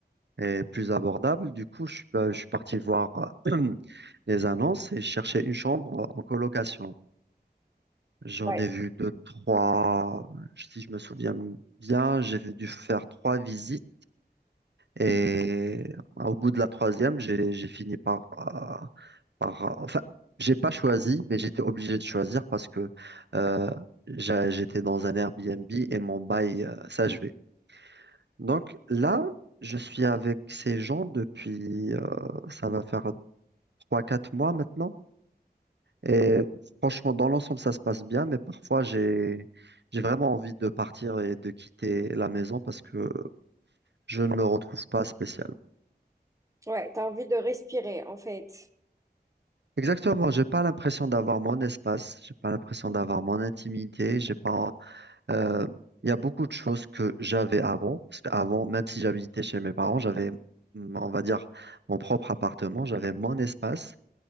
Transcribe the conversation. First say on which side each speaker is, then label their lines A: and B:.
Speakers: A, on the right; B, on the right.
A: et plus abordable. Du coup, je suis, euh, je suis parti voir euh, <clears throat> les annonces et chercher une chambre en colocation. J'en
B: Ouais,
A: ai vu deux, trois. Si je me souviens bien, j'ai dû faire trois visites. Et au bout de la troisième, j'ai j'ai fini par, euh, par, euh, enfin, j'ai pas choisi, mais j'étais obligé de choisir parce que euh, j'a- j'étais dans un Airbnb et mon bail euh, s'achevait. Donc là, je suis avec ces gens depuis, euh, ça va faire trois, quatre mois maintenant. Et franchement, dans l'ensemble, ça se passe bien, mais parfois, j'ai, j'ai vraiment envie de partir et de quitter la maison parce que je ne me retrouve pas spécialement.
B: ouais, t'as envie de respirer en fait.
A: Exactement, j'ai pas l'impression d'avoir mon espace, j'ai pas l'impression d'avoir mon intimité, j'ai pas, euh, il y a beaucoup de choses que j'avais avant, parce qu'avant, même si j'habitais chez mes parents, j'avais, on va dire, mon propre appartement, j'avais mon espace.